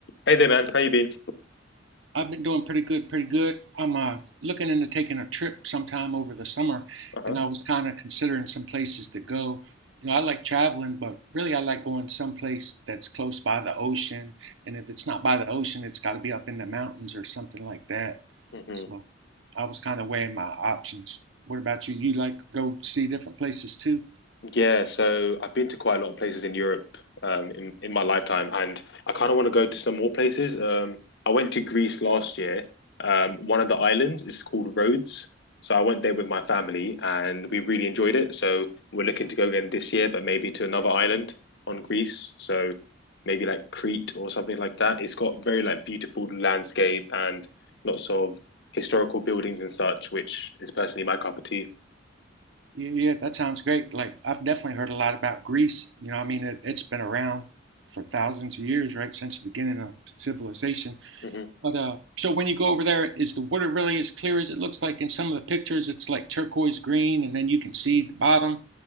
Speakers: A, on the left; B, on the right.
A: Hey there, man. How you been?
B: I've been doing pretty good, pretty good. I'm uh, looking into taking a trip sometime over the summer,
A: Uh-huh.
B: and I was kind of considering some places to go. You know, I like traveling, but really I like going someplace that's close by the ocean. And if it's not by the ocean, it's got to be up in the mountains or something like that.
A: hmm
B: So I was kind of weighing my options. What about you? You like go see different places too?
A: Yeah, so I've been to quite a lot of places in Europe um, in in my lifetime, and I kind of want to go to some more places. Um, I went to Greece last year. Um, one of the islands is called Rhodes, so I went there with my family, and we really enjoyed it. So we're looking to go again this year, but maybe to another island on Greece. So maybe like Crete or something like that. It's got very like beautiful landscape and lots of historical buildings and such, which is personally my cup of tea.
B: Yeah, yeah, that sounds great. Like I've definitely heard a lot about Greece. You know, I mean, it, it's been around for thousands of years, right, since the beginning of civilization.
A: hmm
B: But uh, so when you go over there, is the water really as clear as it looks like in some of the pictures? It's like turquoise green, and then you can see the bottom.